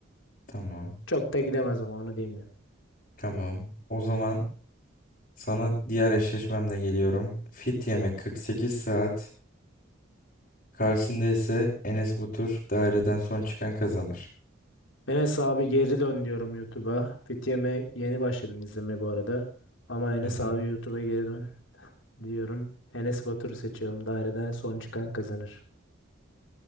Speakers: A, on the left; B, on the left.
A: Tamam.
B: Çok da gidemez ama onu diyeyim yani.
A: Tamam. O zaman sana diğer eşleşmemle geliyorum. Fit yemek 48 saat. Karşısında ise Enes Batur daireden son çıkan kazanır.
B: Enes abi geri dön diyorum YouTube'a. Fitiyem'e yeni başladım izlemeye bu arada. Ama Enes
A: Hı hı.
B: abi YouTube'a geri dön. diyorum. Enes Batur'u seçiyorum. Daireden son çıkan kazanır.